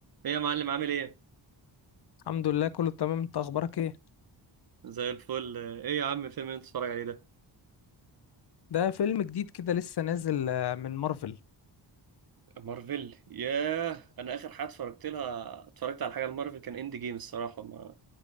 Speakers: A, on the right (about 50°); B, on the left (about 55°).
A: ايه يا معلم عامل ايه
B: الحمد لله كله تمام انت اخبارك ايه
A: زي الفل ايه يا عم الفيلم اللي انت بتتفرج عليه ده
B: ده فيلم جديد كده لسه نازل آه، من مارفل
A: مارفل ياه انا اخر حاجه اتفرجت لها اتفرجت على حاجه لمارفل كان اند جيم الصراحه ما